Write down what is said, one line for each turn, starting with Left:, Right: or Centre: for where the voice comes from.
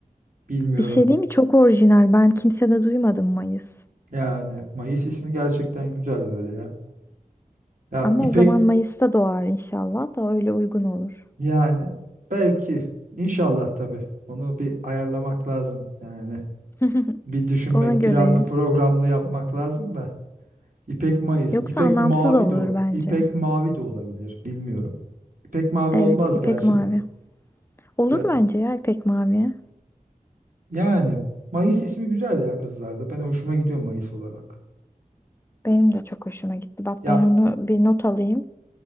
Right: Bilmiyorum.
Left: Bir şey değil mi? Çok orijinal. Ben kimsede duymadım Mayıs.
Right: Yani Mayıs ismi gerçekten güzel böyle ya. Ya
Left: Ama
Right: İpek
Left: o zaman Mayıs'ta doğar inşallah da öyle uygun olur.
Right: Yani belki inşallah tabii. Onu bir ayarlamak lazım yani.
Left: <laughs>
Right: Bir düşünmek,
Left: Ona göre.
Right: planlı programlı yapmak lazım da. İpek Mayıs,
Left: Yoksa
Right: İpek
Left: anlamsız
Right: Mavi
Left: olur
Right: de ol,
Left: bence.
Right: İpek Mavi de olabilir, bilmiyorum. İpek Mavi
Left: Evet,
Right: olmaz
Left: ipek
Right: gerçi
Left: mavi.
Right: de.
Left: Olur
Right: Biraz-
Left: bence ya ipek mavi.
Right: yani Mayıs ismi güzel ya kızlarda. Ben hoşuma gidiyor Mayıs olarak.
Left: Benim de çok hoşuma gitti. Bak
Right: Ya
Left: ben onu bir not alayım.